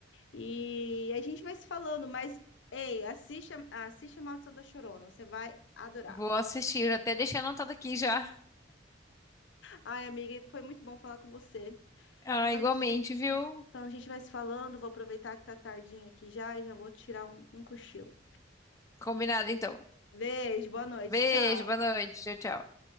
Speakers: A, on the left; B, on the left.
A: E a gente vai se falando, mas ei, assiste a, assiste a Maldição da Chorona, você vai adorar.
B: Vou assistir, eu até deixei anotado aqui já.
A: Ai, amiga, foi muito bom falar com você.
B: Ah,
A: Então
B: igualmente,
A: a gente,
B: viu?
A: então a gente vai se falando, vou aproveitar que tá tardinha aqui já e já vou tirar um um cochilo.
B: Combinado então.
A: Beijo, boa noite,
B: Beijo,
A: tchau.
B: boa noite, tchau, tchau.